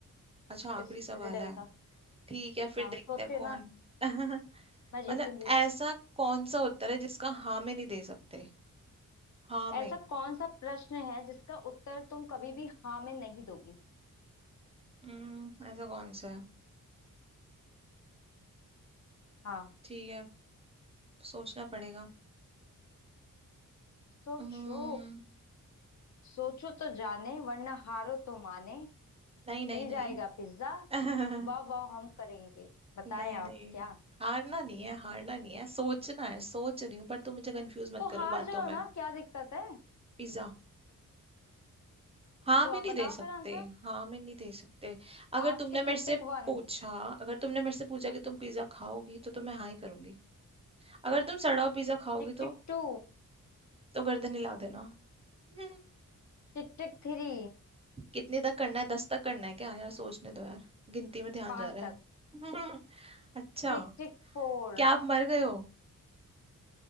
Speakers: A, on the right (about 15°); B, on the left (about 55°).
A: अच्छा आखिरी
B: इस
A: सवाल
B: रिडल
A: है
B: का
A: ठीक है फिर
B: हाँ
A: देखते
B: सोचते
A: हैं कौन
B: ना
A: <laughs> मतलब
B: मैं जीतूंगी
A: ऐसा कौन सा उत्तर है जिसका हाँ में नहीं दे सकते हाँ में
B: ऐसा कौन सा प्रश्न है जिसका उत्तर तुम कभी भी हाँ में नहीं दोगी
A: हम्म, ऐसा कौन सा है
B: हाँ
A: ठीक है सोचना पड़ेगा
B: सोचो
A: हम्म,
B: सोचो तो जाने वरना हारो तो माने
A: नहीं नहीं
B: मिल
A: नहीं
B: जाएगा पिज्जा
A: <laughs>
B: वाह वाह हम करेंगे बताएं
A: नहीं
B: आप
A: नहीं
B: क्या
A: हारना नहीं है हारना नहीं है सोचना है सोच रही हूँ पर तुम मुझे कंफ्यूज मत
B: तो
A: करो
B: हार
A: बातों
B: जाओ
A: में
B: ना क्या दिक्कत है
A: पिज्जा हाँ
B: तो
A: में
B: आप
A: नहीं
B: बताओ
A: दे सकते
B: फिर आंसर
A: हाँ में नहीं दे सकते अगर
B: आपके
A: तुमने मेरे
B: टिक
A: से
B: टिक वन
A: पूछा अगर तुमने मेरे से पूछा कि तुम पिज्जा खाओगी तो, तो मैं हाँ ही करूंगी अगर तुम सड़ा हुआ पिज्जा खाओगी
B: टिक टिक
A: तो
B: टू
A: तो गर्दन हिला देना <laughs>
B: टिक टिक थ्री
A: कितने तक करना है दस तक करना है क्या यार सोचने दो यार गिनती में ध्यान
B: पांच
A: जा रहा
B: तक
A: है <laughs> अच्छा
B: टिक टिक फोर
A: क्या आप मर गए हो